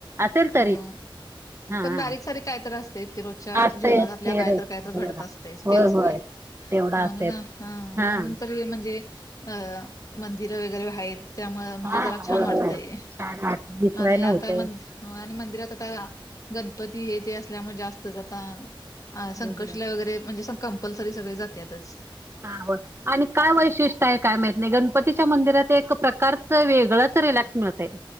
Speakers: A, on the right; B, on the left.
A: असेल तरी.
B: हो
A: हा
B: पण बारीक
A: हा
B: सारीक कायतर असतयं की रोजच्या
A: असतंयच
B: जीवनात आपल्या
A: की
B: काय
A: रे
B: तर
A: जीवनात
B: काय तर घडत असतयच
A: होय
B: तेच की.
A: होय तेवढं
B: म्हणून,
A: असतंयच
B: हं
A: हा
B: म्हणून -- <unintelligible> म्हणजे अ मंदिर वगैरे आहेत त्यामुळं म्हणजे
A: हा
B: जरा छान
A: बरोबर
B: वाटतंय.
A: <unintelligible>
B: आणि आता
A: होतय
B: म -- हो आणि मंदिरात आता गणपती हे ते असल्यामुळे जास्त आता -- अ संकष्टीला
A: बरोबर
B: वगैरे म्हणजे क कंपल्सरी सगळे जात्यातचं.
A: हा. होय आणि काय वैशिष्ट् ट्य काय माहित नाही. गणपतीच्या मंदिरात एक प्रकारच वेगळंच रिलॅक्स मिळतयं.